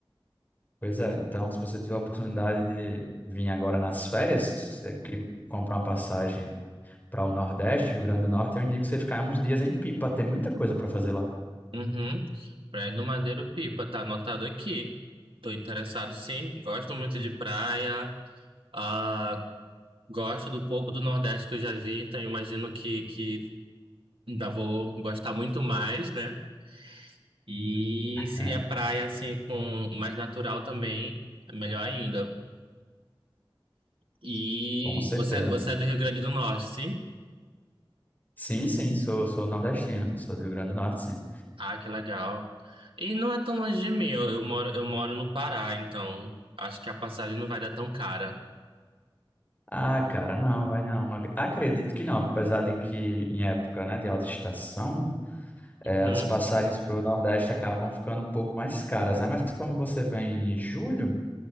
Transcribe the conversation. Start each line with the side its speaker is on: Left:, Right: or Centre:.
Left: Pois é, então se você tiver a oportunidade de vir agora nas férias, é que comprar uma passagem para o Nordeste, Rio Grande do Norte, eu indico você ficar uns dias em Pipa, tem muita coisa para fazer lá.
Right: Uhum. Praia do Madeiro Pipa, tá anotado aqui. Tô interessado sim, gosto muito de praia. Ah, gosto do pouco do Nordeste que eu já vi, então eu imagino que, que ainda vou gostar muito mais, né? E se
Left: É,
Right: é praia assim com mais natural também, é melhor ainda. E
Left: com certeza,
Right: você, é, você
Left: amigo.
Right: é do Rio Grande do Norte, sim?
Left: Sim, sim, sou, sou nordestino, sou do Rio Grande do Norte, sim.
Right: Ah, que legal. E não é tão longe de mim, eu, eu moro, eu moro no Pará, então acho que a passagem não vai dar tão cara.
Left: Ah, cara, não, vai não. Ac- Acredito que não, apesar de que em época, né, de alta estação,
Right: Uhum,
Left: eh, as passagens para o Nordeste acabam ficando um pouco mais caras, né? Mas como você vem em julho,